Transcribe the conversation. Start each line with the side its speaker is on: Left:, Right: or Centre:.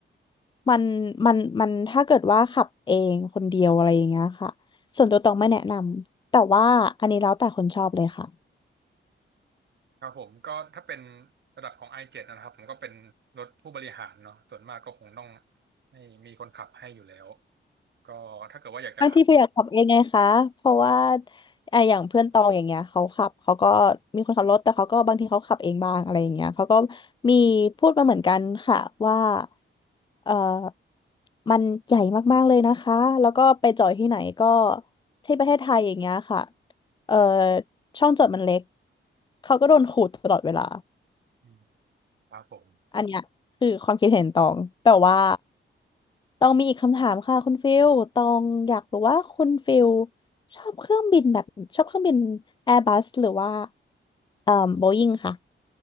Left: มันมันมันถ้าเกิดว่าขับเองคนเดียวอะไรอย่างเงี้ยค่ะส่วนตัวตองไม่แนะนำแต่ว่าอันนี้แล้วแต่คนชอบเลยค่ะ
Right: ครับผมก็ถ้าเป็นระดับของ i7 นะครับผมก็เป็นรถผู้บริหารเนาะส่วนมากก็คงต้องให้มีคนขับให้อยู่แล้วก็ถ้าเกิดว่าอยากจะขับ
Left: บางทีเพื่อนอยากขับเองไงคะเพราะว่าไอะอย่างเพื่อนตองอย่างเงี้ยเขาขับเขาก็มีคนขับรถแต่เขาก็บางทีเขาขับเองบ้างอะไรอย่างเงี้ยเขาก็มีพูดมาเหมือนกันค่ะว่าเออมันใหญ่มากๆเลยนะคะแล้วก็ไปจอดที่ไหนก็ที่ประเทศไทยอย่างเงี้ยค่ะเออช่องจอดมันเล็กเขาก็โดนขูดตลอดเวลา
Right: อืมครับผม
Left: อันเนี้ยคือความคิดเห็นตองแต่ว่าตองมีอีกคำถามค่ะคุณฟิลตองอยากรู้ว่าคุณฟิลชอบเครื่องบินแบบชอบเครื่องบินแอร์บัสหรือว่าเอ่อโบอิงค่ะ